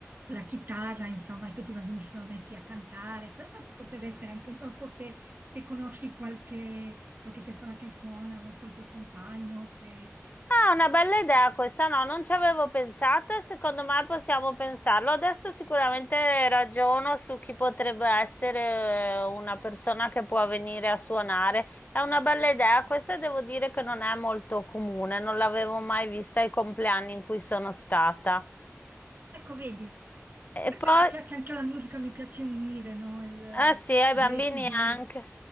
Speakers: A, on the right (about 40°); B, on the left (about 35°).
A: con la chitarra, insomma, e tutti i bambini si sono messi a cantare. Questo potrebbe essere anche, non so se, se conosci qualche, qualche persona che suona, non so, il tuo compagno, se...
B: Ah, una bella idea questa, no, non ci avevo pensato e secondo me possiamo pensarlo. Adesso sicuramente ragiono su chi potrebbe essere eh, una persona che può venire a suonare. È una bella idea, questa devo dire che non è molto comune, non l'avevo mai vista ai compleanni in cui sono stata.
A: Ecco, vedi,
B: E
A: perché
B: poi,
A: a me piace anche la musica, mi piace unire, no, il, eh,
B: ah sì, ai
A: diversi
B: bambini
A: generi.
B: anche.